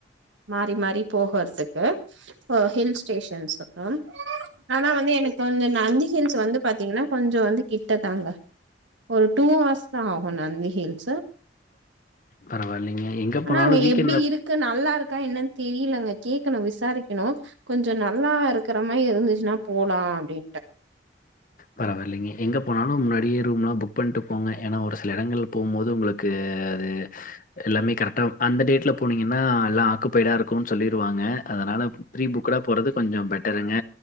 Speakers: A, on the right (about 80°); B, on the left (about 45°).
A: மாறி மாறி போகதுக்கு ஹில் ஸ்டேஷன்ஸக்கு ஆனா வந்து எனக்கு கொஞ்ச நந்தி ஹில்ஸ் வந்து பாத்தீங்கன்னா கொஞ்ச வந்து கிட்டதாங்க ஒரு டூ ஹர்ஸ் தா ஆகு நந்தி ஹீல்ஸ்
B: பரவாயில்லைங்க. எங்க
A: ஆனா
B: போனாலும்
A: அங்க
B: வீக்கெண்ட்ல
A: எப்டி இருக் க்கு நல்லா இருக்கா என்னன் தெரியலங்க கேக்கணும் விசாரிக்கணும் கொஞ்ச நல்லா இருக்கிற மாரி இருந்துச்சுன்னா போலாம் அப்டின்ட்டு
B: பரவாயில்லைங்க எங்க போனாலு முன்னாடியே ரூம் எல்லா புக் பண்ணிட்டு போங்க ஏன்னா ஒரு சில இடங்கள்ல போம்போது உங்களுக் க்குது அது எல்லாமே கரெக்டா அந்த டேட்ல போனீங்கன்னா எல்லா ஆக்குபைடா இருக்கும்ன்னு சொல்லிருவாங்க அதனால ப்ரீ புக்கடா போறது கொஞ்ச பெட்டருங்க